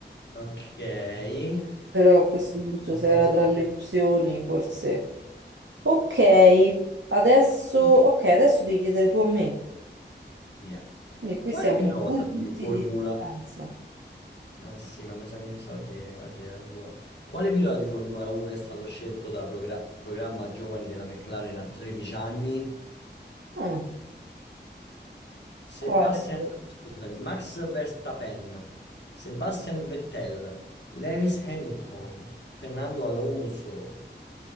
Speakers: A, on the left; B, on the right.
A: ok. Eh,
B: però a questo punto
A: scusa,
B: se
A: questa
B: era tra
A: la-
B: le opzioni, forse. Ok, adesso, ok,
A: Ok.
B: adesso devi chiedere tu a me.
A: Yeah.
B: Quindi qui
A: Quale
B: siamo
A: pilota
B: a due punti
A: di Formula...
B: di distanza.
A: Ah sì, ma mi sa che so, oggi, oggi era buona. Quale pilota di Formula 1 è stato scelto da progra- programma giovani della McLaren a 13 anni?
B: Ah,
A: Sebastian,
B: quale? so-
A: no, scusami, Max Verstappen, Sebastian Vettel, Lewis Hamilton, Fernando Alonso.